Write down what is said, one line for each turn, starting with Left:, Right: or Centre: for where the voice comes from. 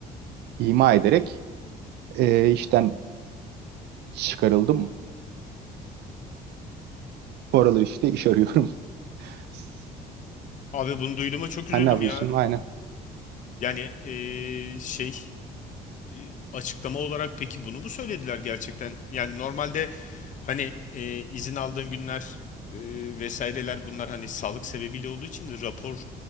Right: ima ederek e, işten çıkarıldım. Bu aralar işte iş arıyorum. <laughs>
Left: Abi bunu duyduğuma çok
Right: Sen
Left: üzüldüm
Right: ne yapıyorsun?
Left: ya.
Right: Aynen.
Left: Yani eee, şey eee, açıklama olarak peki bunu mu söylediler gerçekten? Yani normalde hani eee, izin aldığın günler eee, vesaireler bunlar hani sağlık sebebiyle olduğu için rapor